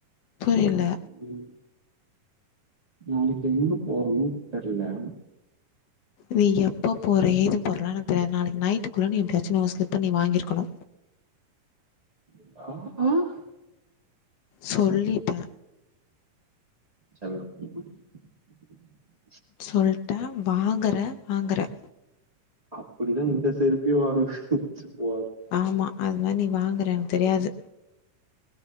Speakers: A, on the left; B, on the right.
A: புரில
B: ம் நாளைக்கு எங்க போறதுன் தெர்ல
A: நீ எப்போ போற ஏது போறல்லா எனக்கு தெரியாது நாளைக்கு நைட்டுக்குள்ள நீ எப்டியாச்சும் உன் ஸ்லிப்ப நீ வாங்கியிருக்கணு
B: <unintelligible>
A: சொல்லிட்டே
B: செல்லோ <unintelligible>
A: சொல்ட்ட வாங்கற! வாங்கற!
B: அப்டிதா இந்த செருப்பியு வாங்க வச்ச போ
A: ஆமா அது மாரி நீ வாங்குற எனக்கு தெரியாது